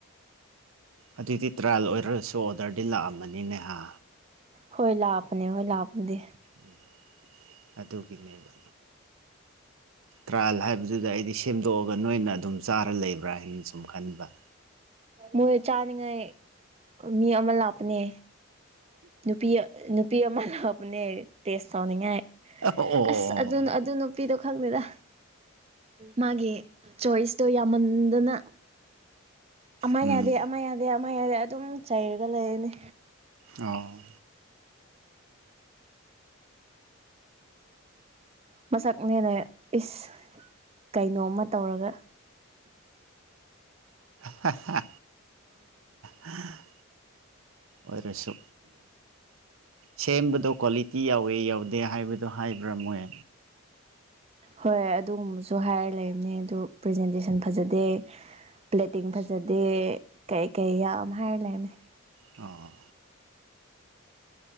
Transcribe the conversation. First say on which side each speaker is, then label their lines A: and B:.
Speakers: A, on the right; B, on the right.
A: ꯑꯗꯨꯏꯗꯤ ꯇ꯭ꯔꯥꯌꯦꯜ ꯑꯣꯏꯔꯁꯨ ꯑꯣꯔꯗꯔꯗꯤ ꯂꯥꯛꯑꯃꯅꯤꯅꯦꯍ
B: ꯍꯣꯏ ꯂꯥꯄꯅꯦ ꯍꯣꯏ ꯂꯥꯄꯗꯤ
A: ꯎꯝ ꯑꯗꯨꯒꯤꯅꯦꯕ ꯇ꯭ꯔꯥꯏꯌꯦꯜ ꯍꯥꯏꯕꯗꯨꯗ ꯑꯩꯗꯤ ꯁꯦꯝꯗꯣꯛꯑꯒ ꯅꯣꯏꯅ ꯑꯗꯨꯝ ꯆꯥꯔ ꯂꯩꯕ꯭ꯔꯥ ꯍꯥꯏꯅ ꯁꯨꯝ ꯈꯟꯕ
B: ꯃꯣꯏ ꯆꯥꯅꯤꯉꯥꯏ ꯃꯤ ꯑꯃ ꯂꯥꯛꯄꯅꯦ ꯅꯨꯄꯤ ꯅꯨꯄꯤ ꯑꯃ ꯂꯥꯛꯄꯅꯦ ꯇꯦꯁ ꯇꯧꯅꯤꯡꯉꯥꯏ
A: ꯑꯣ ꯑꯣ
B: ꯑꯁ ꯑꯗꯨꯅ ꯑꯗꯨꯅ ꯅꯨꯄꯤꯗꯣ ꯈꯪꯗꯦꯗ ꯃꯥꯒꯤ ꯆꯣꯏꯁꯇꯣ ꯌꯥꯝꯃꯟꯗꯅ ꯑꯃ
A: ꯎꯝ
B: ꯌꯥꯗꯦ ꯑꯃ ꯌꯥꯗꯦ ꯑꯃ ꯌꯥꯗꯦ ꯑꯗꯨꯝ ꯆꯩꯔꯒ ꯂꯩꯔꯅꯤ
A: ꯑꯣ
B: ꯃꯁꯛꯅꯦꯅꯦ ꯏꯁ ꯀꯩꯅꯣꯝꯃ ꯇꯧꯔꯒ
A: ꯍ ꯍ ꯍ ꯑꯣꯏꯔꯁꯨ ꯁꯦꯝꯕꯗꯣ ꯀ꯭ꯋꯥꯂꯤꯇꯤ ꯌꯥꯎꯋꯦ ꯌꯥꯎꯗꯦ ꯍꯥꯏꯕꯗꯣ ꯍꯥꯏꯕ꯭ꯔꯥ ꯃꯣꯏ
B: ꯍꯣꯏ ꯑꯗꯨꯒꯨꯝꯕꯁꯨ ꯍꯥꯏꯔ ꯂꯩꯕꯅꯦ ꯑꯗꯨ ꯄ꯭ꯔꯖꯦꯟꯇꯦꯁꯟ ꯐꯖꯗꯦ ꯄ꯭ꯂꯦꯇꯤꯡ ꯐꯖꯗꯦ ꯀꯩ ꯀꯩ ꯌꯥꯝ ꯍꯥꯏꯔ ꯂꯩꯔꯝꯃꯦ
A: ꯑꯥ